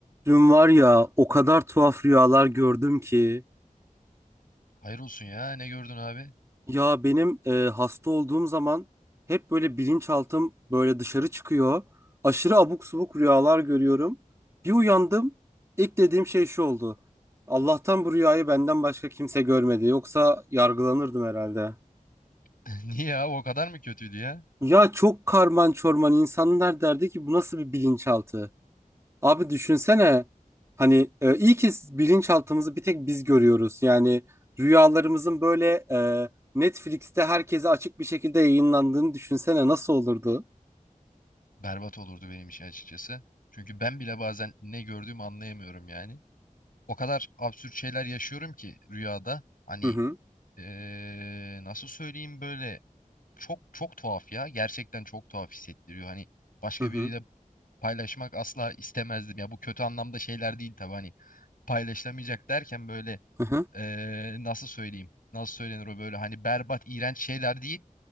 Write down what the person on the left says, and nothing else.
Hayır olsun ya. Ne gördün abi?
<laughs> Niye abi o kadar mı kötüydü ya?
Berbat olurdu benim için açıkçası. Çünkü ben bile bazen ne gördüğümü anlayamıyorum yani. O kadar absürt şeyler yaşıyorum ki rüyada. Hani
eee, nasıl söyleyeyim böyle çok çok tuhaf ya. Gerçekten çok tuhaf hissettiriyor. Hani başka
biriyle paylaşmak asla istemezdim. Ya bu kötü anlamda şeyler değil tabii. Hani paylaşılamayacak derken böyle
eee, nasıl söyleyeyim? Nasıl söylenir o böyle hani berbat, iğrenç şeyler değil